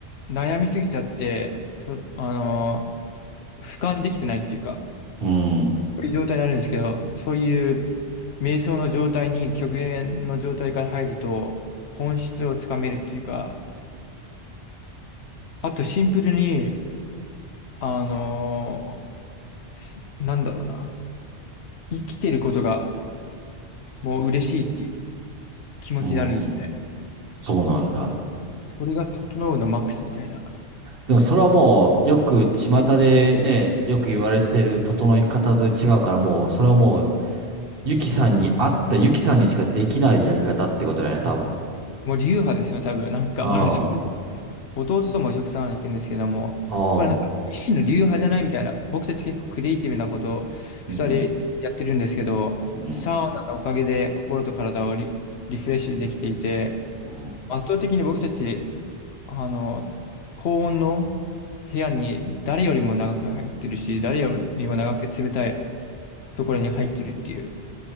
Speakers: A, on the left; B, on the right.
A: 悩みすぎちゃって、ちょ、あのー俯瞰できてないっていうか、
B: うん、
A: こういう状態になるんですけど、そういう瞑想の状態に極限の状態から入ると本質をつかめるっていうか、あとシンプルに、あのーすなんだろうな、生きてることがもう嬉しいっていう気持ちになるんですよね。
B: うん。そうなんだ。
A: それが整うのマックスみたいな。
B: でもそれはもう、よく巷でね、よく言われてる整い方と違うから、もう、それはもう、ゆきさんに合ったゆきさんにしかできないやり方ってことだよね、多分。
A: もう流派ですよね、多分。なんか、
B: ああ、
A: <laughs> 正直弟ともよくサウナ行くんですけども、
B: ああ、
A: これなんか一種の流派じゃないみたいな。僕たち結構クリエイティブなことを二人やってるんですけど、
B: うん、うん、
A: サウナのおかげで心と体をリリフレッシュできていて、
B: うん。
A: 圧倒的に僕たち、あの、高温の部屋に誰よりも長く入ってるし、誰よりも長く冷たいところに入ってるっていう、